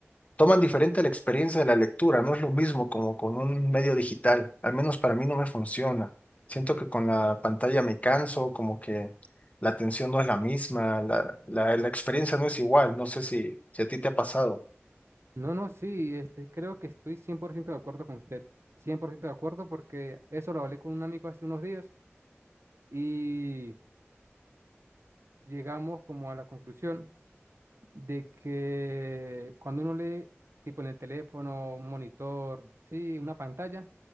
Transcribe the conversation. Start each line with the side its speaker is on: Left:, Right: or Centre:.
Left: toman diferente la experiencia de la lectura, no es lo mismo como con un medio digital, al menos para mí no me funciona. Siento que con la pantalla me canso, como que la atención no es la misma, la, la- la experiencia no es igual, no sé si, si a ti te ha pasado.
Right: No, no, sí, este, creo que estoy 100% de acuerdo con usted. cien por ciento de acuerdo porque eso lo hablé con un amigo hace unos días y llegamos como a la conclusión de que cuando uno lee, tipo en el teléfono, un monitor, sí, una pantalla,